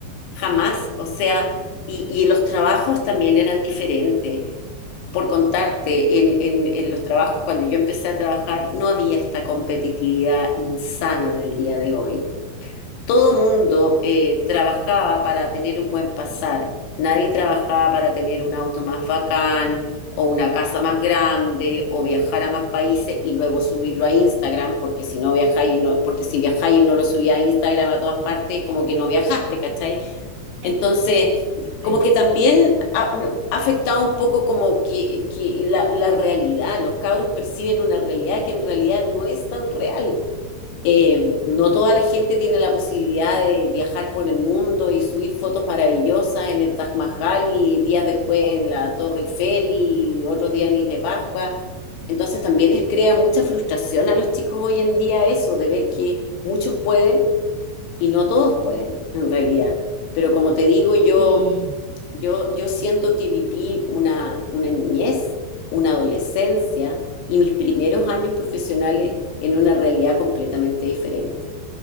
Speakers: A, on the left; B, on the right.
A: Jamás, o sea, y, y los trabajos también eran diferentes. Por contarte, en, en- en los trabajos, cuando yo empecé a trabajar, no había esta competitividad insana del día de hoy. Todo mundo eh, trabajaba para tener un buen pasar. Nadie trabajaba para tener un auto más bacán o una casa más grande o viajar a más países y luego subirlo a Instagram, porque si no viajáis, y no, porque si viajáis y no lo subía a Instagram a todas partes, como que no viajaste, ¿cachai? Entonces,
B: <laughs> Sí.
A: como que también ha, ha afectado un poco como que, que la, la realidad, los cabros perciben una realidad que en realidad no es tan real. Eh, no toda la gente tiene la posibilidad de viajar por el mundo y subir fotos maravillosas en el Taj Mahal y días después en la Torre Eiffel y otro día en Isla Pascua. Entonces también les crea mucha frustración a los chicos hoy en día eso, de ver que muchos pueden y no todos pueden, en realidad. Pero como te digo, yo,
B: Sí,
A: yo, yo siento que viví una, una niñez, una adolescencia y mis primeros años profesionales en una realidad completamente diferente.